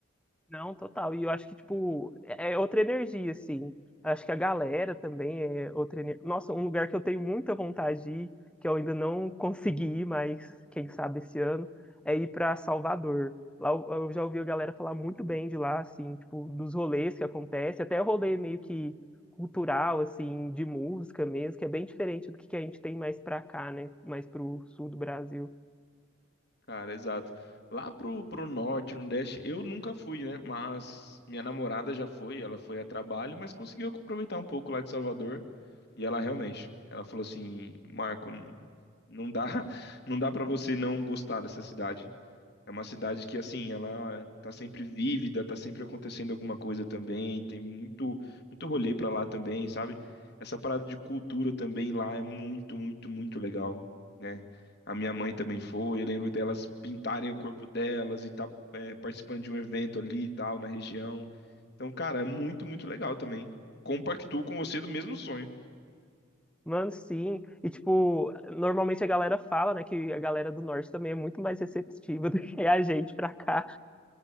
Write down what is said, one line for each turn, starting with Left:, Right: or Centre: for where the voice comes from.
Centre: Não, total. E eu acho que, tipo, é é outra energia, assim. Acho que a galera também é outra energia. Nossa, um lugar que eu tenho muita vontade de ir, que eu ainda não consegui ir, mas quem sabe esse ano, é ir pra Salvador. Lá eu eu já ouvi a galera falar muito bem de lá, assim, tipo, dos rolês que acontece, até rolê meio que cultural, assim, de música mesmo, que é bem diferente do que a gente tem mais pra cá, né? Mais pro sul do Brasil.
Left: Cara, exato. Lá pro, pro norte, no Nordeste, eu nunca fui, né? Mas minha namorada já foi, ela foi a trabalho, mas conseguiu aproveitar um pouco lá de Salvador. E ela realmente, ela falou assim, Marco, n- não dá, <laughs> não dá para você não gostar dessa cidade. É uma cidade que, assim, ela tá sempre vívida, tá sempre acontecendo alguma coisa também, tem muito, muito rolê pra lá também, sabe? Essa parada de cultura também lá é muito, muito, muito legal, né? A minha mãe também foi, eu lembro delas pintarem o corpo delas e tá, é, participando de um evento ali e tal, na região. Então, cara, é muito, muito legal também. Compactuo com você do mesmo sonho.
Centre: Mano, sim. E, tipo, normalmente a galera fala, né, que a galera do norte também é muito mais receptiva <laughs> do que a gente pra cá.